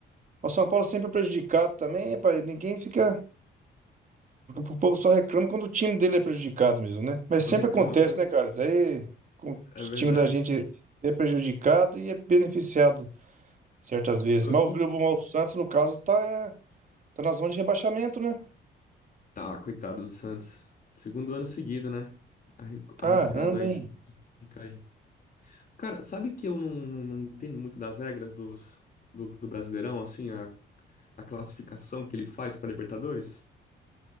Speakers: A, on the right; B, on the left.
A: O São Paulo sempre é prejudicado também, pai. Ninguém fica. O povo só reclama quando o time dele é prejudicado mesmo, né? Mas sempre
B: Só reclama
A: acontece,
B: <laughs> quando.
A: né, cara? Daí com- o time
B: É verdade.
A: da gente é prejudicado e é beneficiado certas vezes.
B: Os-
A: Mas o
B: oh,
A: Grupo Mal o Santos, no caso, tá, é, tá na zona de rebaixamento, né?
B: Tá, coitado do Santos. Segundo ano seguido, né? Arri-
A: Caramba,
B: Arriscado aí
A: hein?
B: de, de cair. Cara, sabe que eu não, não, não entendo muito das regras dos, do, do Brasileirão, assim, a, a classificação que ele faz pra Libertadores?